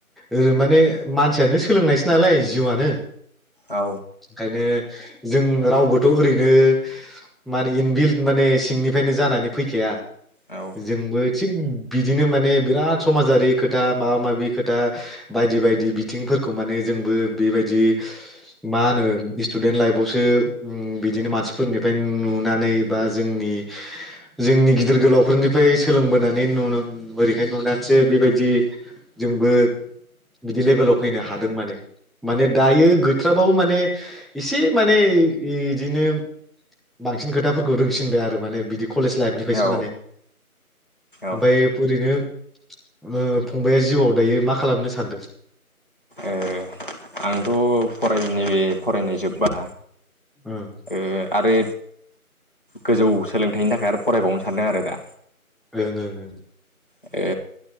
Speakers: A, in the centre; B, on the left.
A: ओ माने मानसियानो सोलोंनायसो नालाय जिउआनो
B: औ
A: ओंखायनो जों रावबोथ' ओरैनो माने इनबिल्ड माने सिंनिफ्रायनो जानानै फैखाया।
B: औ
A: जोंबो थिग बिदिनो माने बिराद समाजारि खोथा माबा माबि खोथा बायदि बायदि बिथिंफोरखौ माने जोंबो बेबायदि मा होनो स्टुदेन्ट लाइफआवसो ओम बिदिनो मानसिफोरनिफ्राय नुनानै बा जोंनि जोंनि गिदिर गोलावफोरनिफ्राय सोलोंबोनानै नु ओरैहाय नुनानैसो बेबायदि जोंबो बिदि लेभेलाव फैनो हादों माने। माने दायो गैथ्राबाबो माने एसे माने बिदिनो बांसिन खोथाफोरखौ रोंसिनदों आरो माने बिदि कलेज लाइफनिफ्रायसो
B: औ
A: माने ओमफ्राय
B: ओ
A: ओरैनो ओ फंबाया जिउआव दायो मा खालामनो सानदों?
B: ओ आंथ' फरायनाय फरायनाय जोब्बा
A: ओम
B: ओ आरो गोजौ सोलोंथाइनि थाखाय आरो फरायबावनो सानदों आरो दा।
A: ओं ओं
B: ओ